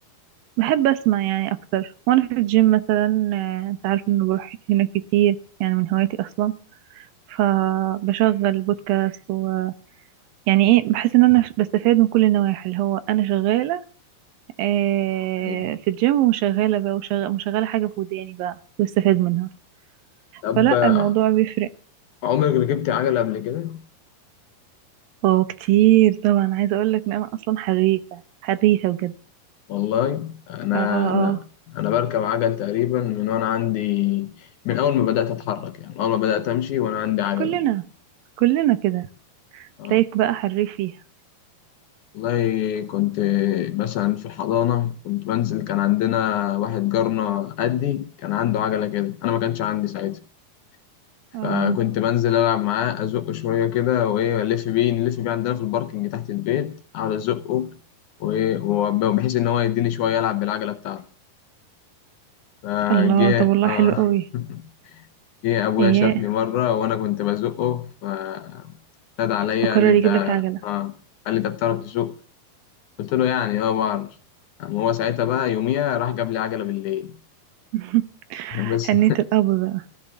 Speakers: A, on the right (about 75°); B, on the left (about 70°).
A: بحب أسمع يعني أكتر وأنا في الجيم مثلا آه، أنت عارف إنه بروح هنا كتير يعني من هوايتي أصلا فبشغل بودكاست و يعني إيه بحس إن أنا بستفاد من كل النواحي اللي هو أنا شغالة آه،
B: أيوه
A: في الجيم وشغالة بقى وشغ- وشغالة حاجة في وداني بقى بستفاد منها
B: طب
A: فلا
B: آه،
A: الموضوع بيفرق
B: عمرك ركبتي عجلة قبل كده؟
A: اه كتير طبعا عايزة أقول لك إن أنا أصلا حريفة حريفة بجد
B: والله انا
A: اه اه
B: انا
A: أه.
B: انا بركب عجل تقريبا من وانا عندي من اول ما بدات اتحرك يعني اول ما بدات امشي وانا عندي عجله
A: كلنا كلنا كده
B: اه
A: تلاقيك بقى حريف فيها
B: والله كنت مثلا في الحضانه كنت بنزل كان عندنا واحد جارنا قدي كان عنده عجله كده انا ما كانش عندي ساعتها فكنت
A: اه
B: بنزل العب معاه ازقه شويه كده وايه الف بيه نلف بيه عندنا في الباركنج تحت البيت اقعد ازقه و- وبحيث ان هو يديني شويه العب بالعجله بتاعته فجاء
A: الله طب والله
B: اه
A: حلو قوي
B: <laughs> ايه ابويا
A: اياه
B: شافني مره وانا كنت بزقه فنادى عليا
A: فقرر
B: قال لي انت
A: يجيب لك عجلة
B: اه قال لي انت بتعرف تسوق قلت له يعني اه بعرف قام هو ساعتها بقى يوميها راح جاب لي عجله بالليل
A: <laughs>
B: <laughs> بس
A: حنية الأب بقى